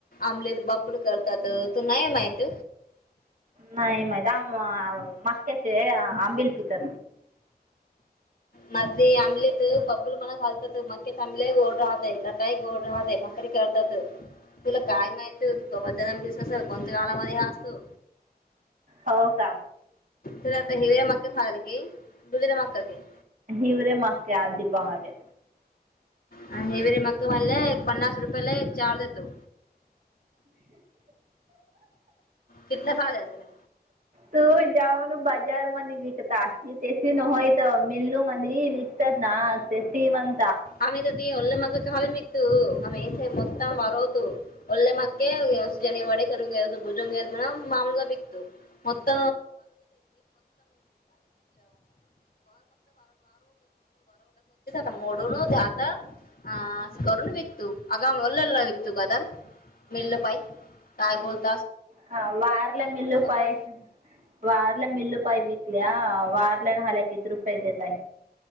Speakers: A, on the left; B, on the right.
A: आमलेद बबल करतात. नाहीयमयत.
B: नाही माहिित मक्क्याचे आंबिल पिती.
A: मध्ये आंबलेट बब्बूल मणा घातात मगक्याच आंबल्या गोड राहत आहे घटा गोड राहतय. करतात. तुला काय माहित तूबा ज दिसल कोणत्या काळामध्ये ह असतो.
B: हो का.
A: तु आता हिर्या मक्क फल की दुगरा मक्का क.
B: इवरे मके आदपहाार.
A: अ हेवेरे मक म्हणले एक पन्नास रुपयाला एक चार देतो. किितला भाग यला.
B: तू जावन बाजार म निवकता अस तेसी न होय तर मललू. म विकतात ना ते सी म्ह.
A: आम तर ते ल् मग काल मघतू आही मतम वरवतो. लेे मके स जनी वडे करंग घल भुजंग घयल म्हणा मामग बीघत म. भ म ल. <unintelligible> मोड. ून आता अं करून विकतू आगाम लेल ना विकतू काता मिळलं पाहि काय बोलत.
B: हा वारला मल्लु पाय
A: मग
B: वारला मल्लु पय वीटल. वारल्यान ह्याला किती रुपये देता.